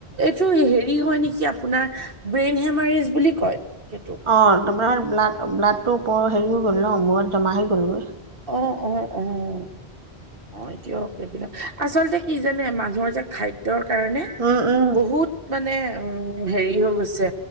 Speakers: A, on the right; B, on the right.
A: এইটো হেৰি হয় নেকি আপোনাৰ, ব্ৰেইন হেমাৰেজ বুলি কয় সেইটো।
B: অ', তোমাৰ ব্লাড ব্লাডটো ওপৰ হেৰি হৈ গ'ল ন মূৰত জমা হৈ গ'লগৈ।
A: অ', অ', অ'। অ', দিয়ক সেইবিলাক আচলতে কি জানে, মানুহৰ যে খাদ্যৰ কাৰণে
B: উম, উম,
A: বহুত মানে উম হেৰি হৈ গৈছে।